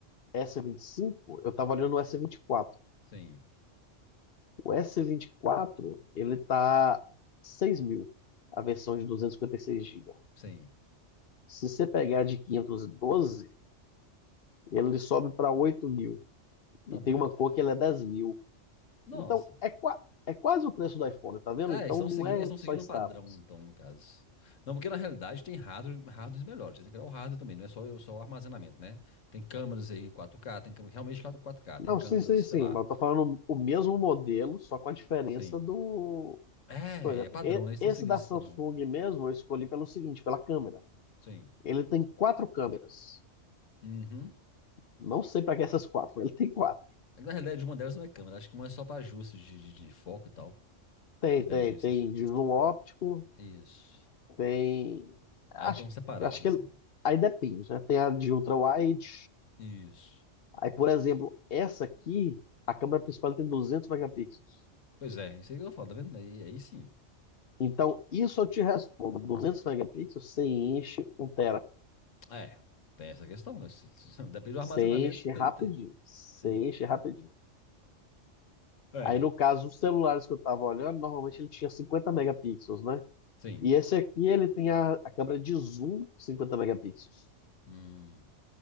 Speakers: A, on the left; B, on the left.
A: S25, eu tava olhando o S24.
B: Sim,
A: O S24, ele tá 6 mil, a versão de 256 GB.
B: sim.
A: Se você pegar de 512, ele sobe para 8 mil. E
B: Tá
A: tem
B: doido.
A: uma cor que ele é 10 mil.
B: Nossa,
A: Então,
B: velho.
A: é, qua- é quase o preço do iPhone, tá vendo?
B: É,
A: Então,
B: eles estão
A: não
B: seguindo,
A: é
B: eles estão seguindo
A: só status.
B: o padrão, então, no caso. Não, porque na realidade tem hardware, hardwares melhores. Você tem que olhar o hardware também, não é só, só o armazenamento, né? Tem câmeras aí 4K, tem câmeras realmente 4- 4K,
A: Não,
B: tem câmeras,
A: sim, sim,
B: sei
A: sim.
B: lá.
A: Mas eu tô falando o mesmo modelo, só com a diferença
B: Sim.
A: do.
B: É,
A: Por exemplo,
B: é padrão,
A: e-
B: né? Eles estão
A: esse
B: seguindo
A: da
B: esse
A: Samsung
B: padrão.
A: mesmo eu escolhi pelo seguinte, pela câmera.
B: Sim.
A: Ele tem quatro câmeras.
B: Uhum.
A: Não sei para que essas quatro, mas ele tem quatro.
B: É que, Na realidade, uma delas não é câmera. Acho que uma é só pra ajustes de, de- de foco e tal.
A: Tem,
B: com Inteligências.
A: tem, tem de zoom óptico,
B: Isso.
A: tem. Acho,
B: Aí estão separados,
A: acho que
B: assim.
A: aí depende, né? Tem a de ultra-wide.
B: Isso.
A: Aí, por exemplo, essa aqui, a câmera principal tem 200 megapixels.
B: Pois é, isso aí que eu falo, tá vendo? Aí, aí sim.
A: Então, isso eu te respondo: 200 megapixels, você enche um tera.
B: É, tem essa questão, né? Se- se- <laughs> Depende do
A: Você
B: armazenamento,
A: enche
B: tem
A: rapidinho.
B: que ter.
A: Você
B: Sim.
A: enche rapidinho.
B: É.
A: Aí, no caso, os celulares que eu estava olhando, normalmente ele tinha 50 megapixels, né?
B: Sim.
A: E esse aqui, ele tem a, a câmera de zoom 50 megapixels.
B: Hum.